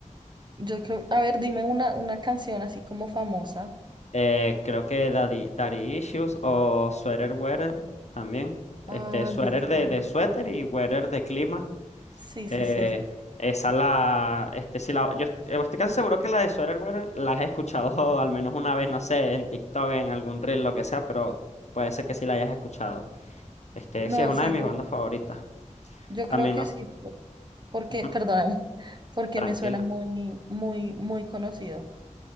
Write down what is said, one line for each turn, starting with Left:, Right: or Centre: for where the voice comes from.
Right: Yo creo, a ver, dime una, una canción así como famosa.
Left: Eh, creo que Daddy, Daddy Issues o Sweater Weather también. Este,
Right: Ah,
Left: Sweater
Right: listo.
Left: de, de suéter y Weather de clima.
Right: Sí,
Left: Eh,
Right: sí, sí. sí.
Left: esa la, este, si la, yo est- eh, estoy casi seguro que la de Sweater Weather la he escuchado <laughs> al menos una vez, no sé, en TikTok, en algún reel, lo que sea, pero puede ser que sí la hayas escuchado. Este,
Right: No,
Left: sí, es una
Right: sí,
Left: de mis
Right: yo,
Left: bandas favoritas.
Right: yo
Left: También
Right: creo que
Left: nos...
Right: sí. Porque,
Left: Ujú,
Right: perdóname, <laughs> porque
Left: tranquila.
Right: me suena muy, muy, muy conocido.